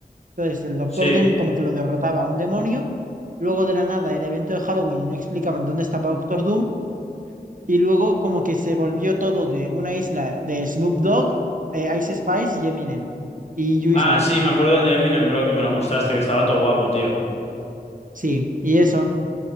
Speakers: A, on the right; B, on the left.
A: Entonces, el Doctor
B: Sí.
A: Doom como que lo derrotaba a un demonio. Luego de la nada era evento de Halloween y no explicaban dónde estaba Doctor Doom. Y luego como que se volvió todo de una isla de Snoop Dogg, eh, Ice Spice y Eminem y Juice
B: Ah,
A: WRLD.
B: sí, me acuerdo el de Eminem, bro, que me lo mostraste, que estaba todo guapo, tío.
A: Sí, y eso.